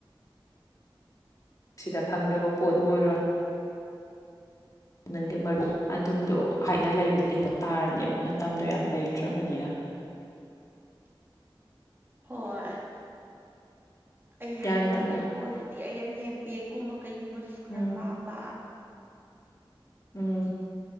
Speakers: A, on the left (about 40°); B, on the right (about 25°).
A: ꯁꯤꯗ ꯐꯪꯗꯕ ꯄꯣꯠꯇꯨ ꯑꯣꯏꯔꯣꯏ ꯅꯪꯒꯤ ꯃꯔꯨꯞ ꯑꯗꯨꯝꯗꯣ ꯍꯥꯏꯅ ꯂꯩꯕ ꯂꯦꯡꯕ ꯇꯥꯔꯅꯦꯕ ꯃꯇꯝꯗꯣ ꯌꯥꯝ ꯂꯩꯇ꯭ꯔꯕꯅꯤꯅ
B: <unintelligible> ꯍꯣꯏ ꯑꯩ ꯍꯥꯏꯔꯛꯑꯒꯦꯀꯣ
A: ꯌꯥꯏꯗꯅ
B: ꯑꯗꯨꯗꯤ ꯑꯩꯅꯅꯦ ꯕꯦꯒꯀꯨꯝꯕ ꯀꯩꯒꯨꯝꯕꯗꯨꯁꯨ ꯈꯔ
A: ꯎꯝ
B: ꯄꯥꯝꯕ
A: ꯎꯝ